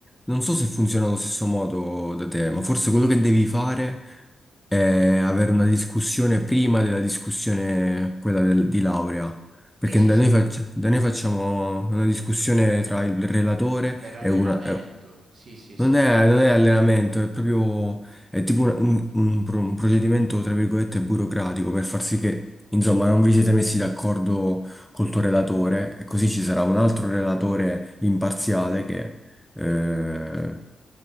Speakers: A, in the centre; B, on the right.
A: non so se funziona allo stesso modo da te, ma forse quello che devi fare è avere una discussione prima della discussione, quella del- di laurea. Perché
B: sì, sì,
A: da
B: sì,
A: noi, fac- da noi
B: Pe-
A: facciamo una discussione tra il relatore
B: per allenamento,
A: e una,
B: sì, sì,
A: Non
B: sì.
A: è, non è allenamento, è proprio, è tipo un, un- un pro- un procedimento, tra virgolette, burocratico per far sì che, insomma, non vi siete messi d'accordo col tuo relatore e così ci sarà un altro relatore imparziale che, eh,